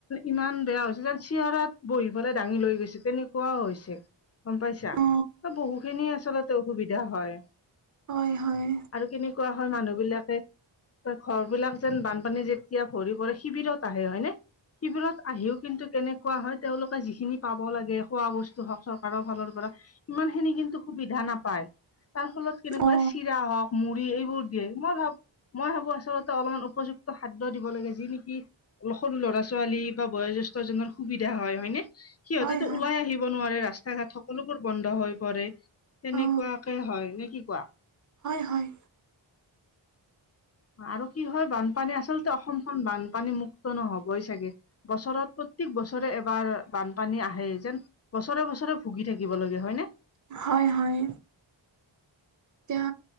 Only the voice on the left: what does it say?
ইমান বেয়া হৈছে যে, চেয়াৰত বহি পেলাই, দাঙি লৈ গৈছে, তেনেকুৱাও হৈছে। গম পাইছা!
বহু খিনি আচলতে, অসুবিধা হয়।
আৰু কেনেকুৱা হয়, মানুহ বিলাকে ঘৰ বিলাক যেন, বানপানী যেতিয়া ভৰি পৰে, শিবিৰত আহে, হয়নে? শিবিৰত আহিও কিন্তু, কেনেকুৱা হয়, তেওঁলোকে যি খিনি পাব লাগে, খোৱা বস্তু হওঁক, চৰকাৰৰ ফালৰ পৰা। ইমান খিনি কিন্তু, সুবিধা নাপায়। তাৰফলত কেনেকুৱা,
চিৰা হওঁক, মুড়ি এইবোৰ দিয়ে, মই ভাবোঁ! মই ভাবোঁ আছ <unintelligible> উপযুক্ত খাদ্য দিব লাগে। যি নেকি অলপ সৰু ল'ৰা-ছোৱালী বা বয়জ্যেষ্ঠজনৰ সুবিধা হয়, হয়নে? সিহঁতেতো
ওলাই আহিব নোৱাৰে। ৰাস্তা-ঘাট সকলোবোৰ বন্ধ হৈ পৰে। তেনেকুৱাকে
হয়, নে কি কোৱা?
আৰু কি হয়, বানপানী আচলতে, অসমখন বানপানী মুক্ত নহ'বই চাগে। বছৰত, প্ৰত্যেক বছৰে এবাৰ, বানপানী আহে যেন। বছৰে-বছৰে, ভুগি থাকিব লাগে, হয় নে?